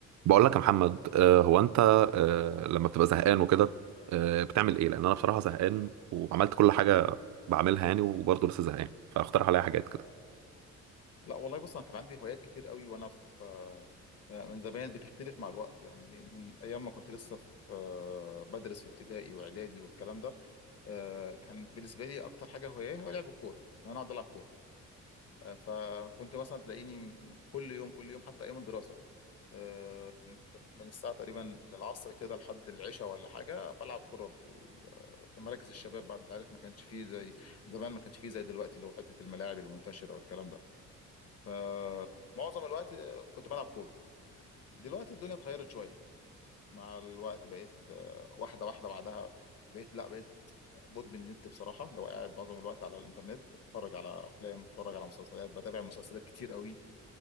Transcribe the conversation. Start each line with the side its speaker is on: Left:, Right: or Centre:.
Right: بقول لك يا محمد آه، هو انت آه، لما بتبقى زهقان وكده آه، بتعمل ايه لان انا بصراحه زهقان وعملت كل حاجه بعملها يعني وبرضه لسه زهقان فاقترح عليا حاجات كده
Left: لا والله بص انا كان عندي هوايات كتير قوي وانا في آه، من زمان بتختلف مع الوقت يعني من ايام ما كنت لسه في آه، بدرس في ابتدائي واعدادي والكلام ده آه، كان بالنسبه لي اكتر حاجه هوايه هو لعب الكوره إن انا اقعد العب كوره آه، فكنت مثلا تلاقيني كل يوم كل يوم حتى ايام الدراسه آه، من من الساعه تقريبا من العصر كده لحد العشاء ولا حاجه بلعب كوره في ال- آه، في مراكز الشباب بقى انت عارف ما كانش فيه زي زمان ما كانش فيه زي دلوقتي اللي هو حته الملاعب المنتشره والكلام ده فمعظم الوقت كنت بلعب كورة دلوقتي الدنيا اتغيرت شوية مع الوقت بقيت آه، واحدة واحدة بعدها بقيت لا بقيت مدمن النت بصراحة لو قاعد معظم الوقت على الإنترنت اتفرج على أفلام اتفرج على مسلسلات بتابع مسلسلات كتير قوي